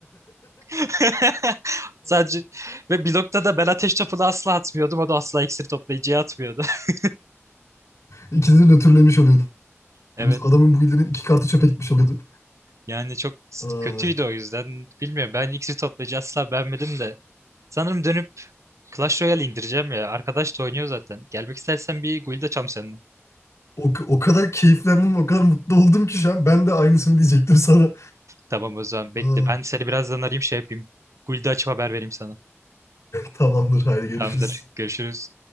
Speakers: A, on the right (about 85°); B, on the left (about 70°).
A: <laughs> Sadece ve blokta da ben ateş topunu asla atmıyordum. O da asla iksir toplayıcıya atmıyordu. <laughs>
B: İkinizi nötrlemiş oluyordunuz.
A: Evet.
B: Adamın bu ilinin iki kartı çöpe gitmiş oluyordu.
A: Yani çok s-
B: Aa,
A: kötüydü o yüzden. Bilmiyorum ben iksir toplayıcı asla beğenmedim de. Sanırım dönüp Clash Royale indireceğim ya. Arkadaş da oynuyor zaten. Gelmek istersen bir guild açalım seninle.
B: o, o kadar keyiflendim, o kadar mutlu oldum ki şu an. Ben de aynısını diyecektim sana.
A: Tamam o zaman bekle.
B: Aa,
A: Ben seni birazdan arayayım şey yapayım. Guild'i açıp haber vereyim sana.
B: tamamdır, haydi görüşürüz.
A: Tamamdır. Görüşürüz.